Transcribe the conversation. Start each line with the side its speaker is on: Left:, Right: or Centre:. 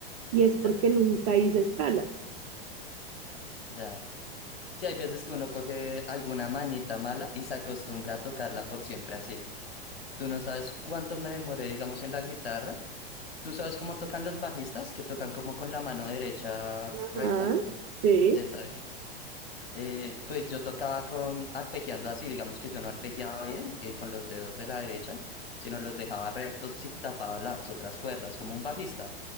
Right: Y es
Left: ya,
Right: porque nunca hice escalas.
Left: ya. Sí, hay veces que uno coge alguna mañita mala y se acostumbra a tocarla por siempre así. Tú no sabes cuánto me demoré, digamos, en la guitarra. ¿Tú sabes cómo tocan los bajistas, que tocan como con la mano derecha
Right: Ajá,
Left: recta?
Right: sí,
Left: Exacto. Eh, pues yo tocaba con arpegiando así, digamos que yo no arpegiaba bien, eh, con los dedos de la derecha, sino los dejaba rectos y tapaba las otras cuerdas, como un bajista.